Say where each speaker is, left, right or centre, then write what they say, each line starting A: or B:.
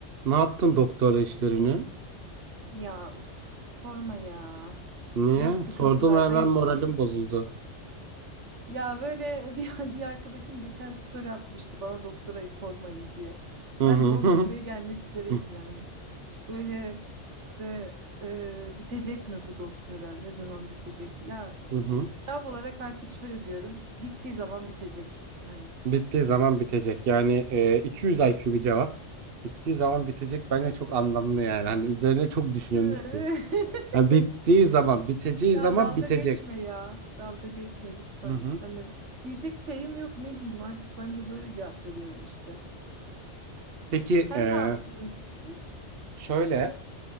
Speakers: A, on the right; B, on the right.
A: Ne yaptın doktora işlerini?
B: Ya uf, sorma ya.
A: Niye?
B: Biraz sıkıntılardayız
A: Sordum hemen moralim
B: yine.
A: bozuldu.
B: Ya böyle <laughs> bir, bir arkadaşım geçen story atmıştı bana doktorayı sormayın diye.
A: Hı
B: Ben
A: hı
B: de o
A: <laughs>
B: noktaya
A: hı
B: gelmek üzereyim
A: hı.
B: yani. Böyle işte e, bitecek mi bu doktora? Ne zaman bitecek? Ya
A: Hı hı.
B: cevap olarak artık şöyle diyorum. Bittiği zaman bitecek. Hani.
A: Bittiği zaman bitecek. Yani e, 200 IQ bir cevap. Bittiği zaman bitecek bence çok anlamlı yani. Hani üzerine çok düşünülmüş
B: Değil mi?
A: bir.
B: <laughs>
A: Yani bittiği zaman, biteceği
B: Ya
A: zaman
B: dalga
A: bitecek.
B: geçme ya. Dalga geçme lütfen.
A: Hı hı.
B: Hani diyecek şeyim yok ne diyeyim artık ben de böyle cevap veriyorum işte.
A: Peki
B: Sen
A: e,
B: ne yaptın yükseği?
A: şöyle